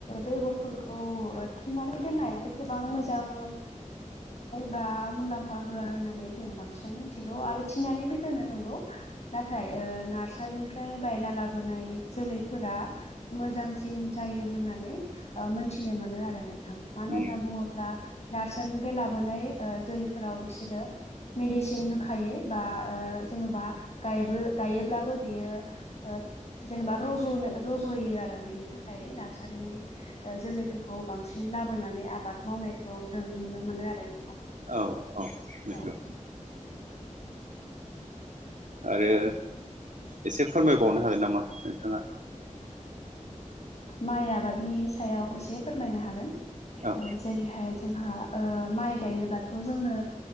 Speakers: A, on the left (about 55°); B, on the right (about 70°).
A: बेगरफोरखौ थिनानै दोननाया गोबां मोजां बा मुलाम्फा होआ होननानै जों बांसिनानो मिथिगौ आरो थिननानैबो दानो नंगौ नाथाय ओ नारसारिनिफ्राय बायना लाबोनाय जोलैफोरा मोजांसिन जायो होननानै मोनथिनो मोनो आरो नोंथां मानो
B: उम
A: होनना बुङोब्ला नारनि लाोनाय जैफोराव बिसोरो मेदिसिन हो खायो बा जेन'बाबो गायोब्लाबो बेयो जेनेबा रज'नो रज'यो आरो बेनि थाखाय नारसारिनि जोलै खौ बांसिन लाबोनानै आबाद मावनायखौ जों नुनो मोनो आरो नोंथां
B: औ औ नगौ
A: औ
B: आरो एसे फोरमायबावनो हागोन नामा नोंथाङा
A: माइ आबादनि सायाव एसे फोरमायनो हागोन
B: औ
A: जेरैहाय जोंहा माइ गायनोबाथ' जोंनो